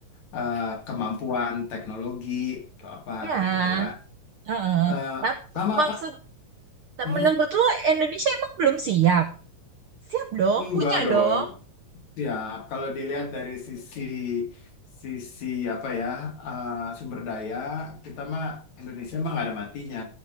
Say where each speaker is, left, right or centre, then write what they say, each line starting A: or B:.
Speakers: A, on the left; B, on the right.
A: eh, kemampuan teknologi atau apa
B: Ya.
A: kayak gitu kan.
B: Heeh.
A: Eh,
B: Tapi
A: sama
B: maksud
A: Kak. Hmm,
B: menurut lo Indonesia emang belum siap? Siap dong,
A: enggak
B: punya
A: dong.
B: dong.
A: Siap. Kalau dilihat dari sisi sisi apa ya uh, sumber daya kita mah Indonesia mah nggak ada matinya.